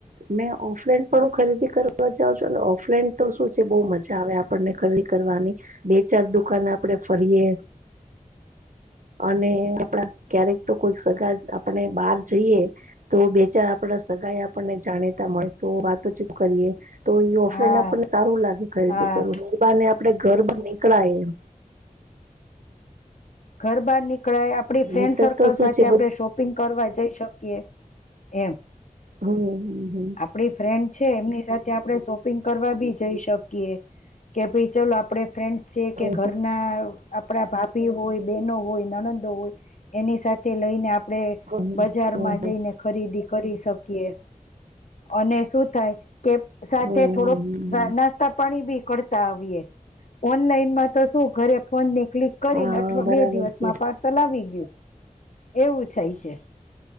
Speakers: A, on the right; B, on the left.
A: મેં ઓફલાઈન પણ ખરીદી કરવા જાાવં છોને ઓફલાઈન તો શું છે બહ મજા આવે. આપને કરી કરવાની બે ચાર દુકાાન આપડણે ફરીએ.
B: <inaudible>
A: અને આપણા ક્યારેક તો કોઈ સગા આપણે બહાર જઈએ. તો બેચાર આપડા સગા આપણને જાણીતા મળે તો વાતો ચીપ કરીએ. તો એ ઓફલાઈન
B: હા
A: આપને સારું લાગે ખરીદી
B: હા
A: કરું ને એ. આપડે ઘર બ નીકળાય એમ.
B: ઘરબાર નીકળાય આપણી ફ્રેન્ડ
A: નીતર
B: સર્કલ
A: તો શું
B: સાથે
A: છે બધું
B: આપણે શોપિંગ કરવા જઈ શકીએ. એમ.
A: હમ. હમ
B: આપડી ફ્રેન્ડ છે એમની સાથે. ત્યા આપણે શોપિંગ કરવા બી જઈ શકીએ કે ભાઈ ચાલ આપણે. ફ્રેન્ડસ છે કે
A: હમ
B: ઘરના આપણા ભાભી હોય. બનો હોય નણંદો હોય એની સાથે. તે લઈને આપડણે
A: હમ
B: બજારમાં
A: હમ
B: જઈને ખરીદી કરી શકીએ. અને શું થાય કે સાથે
A: હમ હમ
B: થોડોક નાસ્તા પાણી ભી. તા ઓનલાઈનમાં. તો શું ઘરે ફોન ની ક્લિક કરીને
A: હા
B: અવા
A: બરાબર
B: બે દિવસમાં
A: છે
B: પાર્સલ આવી ગયું. એવું થાય છે.